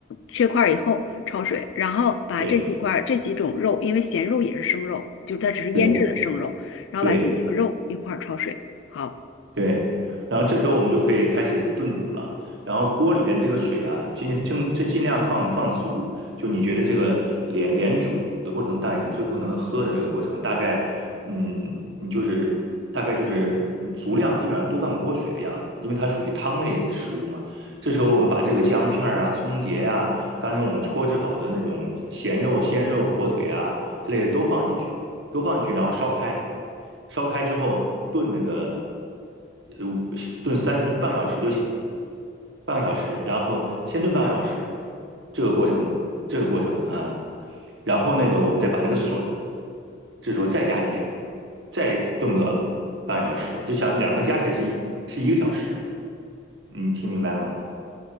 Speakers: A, on the left; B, on the right.
A: 切块儿以后焯水，然后把这几块儿这几种肉，
B: 对
A: 因为咸肉也是生肉，就它只是腌制的生肉，
B: 对
A: 然后把这几个肉一块儿焯水。
B: 对。
A: 好，
B: 对，然后这时候我们就可以开始炖煮了。然后锅里边这个水啊，尽尽这尽量放放足，就你觉得这个连连煮的过程大，你最后能喝的那个过程，大概嗯，你就是大概就是嗯足量，基本上多半锅水的样子，因为它属于汤类食物嘛。这时候我们把这个姜片儿啊、葱节呀、刚才我们搓制好的那种咸肉、鲜肉、火腿啊之类的都放进去。都放进去，然后烧开，烧开之后炖那个，呃，炖三十分半个小时就行，半个小时，然后先炖半个小时，这个过程，这个过程啊，然后那个我们再把那个笋，这时候再加进去，再炖个半个小时，就想两个加起来是一是一个小时，你听明白了吗？